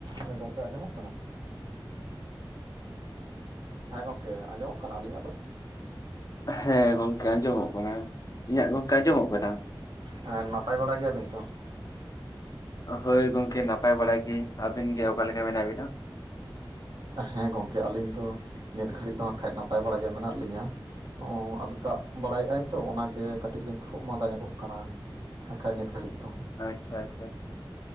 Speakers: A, on the right; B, on the left.
A: ᱦᱮᱸ ᱜᱚᱝᱠᱮ ᱟᱸᱡᱚᱢᱚᱜ ᱠᱟᱱᱟ <inaudible> ᱦᱮᱸ ᱜᱚᱝᱠᱮ ᱟᱸᱡᱚᱢᱚᱜ ᱠᱟᱱᱟ, ᱟᱹᱞᱤᱧᱟᱹᱜ ᱨᱚᱲ?
B: ᱦᱮᱸ ᱜᱚᱝᱠᱮ ᱟᱸᱡᱚᱢᱚᱜ ᱠᱟᱱᱟ, ᱤᱧᱟᱹᱜ ᱜᱚᱝᱠᱮ ᱟᱸᱡᱚᱢᱚᱜ ᱠᱟᱱᱟ?
A: ᱦᱮᱸ ᱱᱟᱯᱟᱭ ᱵᱟᱲᱟ ᱜᱮᱭᱟᱵᱤᱱ ᱛᱚ?
B: ᱦᱳᱭ ᱜᱚᱝᱠᱮ ᱱᱟᱯᱟᱭ ᱵᱟᱲᱟ ᱜᱤᱧ, ᱟᱵᱤᱱ ᱜᱮ ᱚᱠᱟ ᱞᱮᱠᱟ ᱢᱮᱱᱟᱜ ᱵᱤᱱᱟ?
A: ᱦᱮᱸ ᱜᱚᱢᱠᱮ ᱟᱹᱞᱤᱧ ᱫᱚ, ᱱᱤᱛ ᱜᱷᱟᱹᱲᱤᱡ ᱫᱚ ᱠᱷᱟᱡ ᱱᱟᱯᱟᱭ ᱵᱟᱲᱟ ᱜᱮ ᱢᱮᱱᱟᱜ ᱞᱤᱧᱟᱹ ᱾ ᱦᱚᱜ-ᱚ, ᱟᱫᱚ ᱫᱟᱜ ᱵᱟᱲᱟᱭᱮᱜ-ᱟᱭ ᱛᱚ ᱚᱱᱟᱜᱮ ᱠᱟᱹᱴᱤᱡ ᱞᱮ ᱠᱷᱩᱜ ᱢᱟᱸᱫᱟ ᱧᱚᱜᱚᱜ ᱠᱟᱱᱟ ᱾ ᱠᱟᱠᱷᱟ ᱜᱮ <unintelligible> ᱠᱷᱟᱹᱲᱤᱡ ᱫᱚ
B: ᱟᱪᱪᱷᱟ ᱟᱪᱪᱷᱟ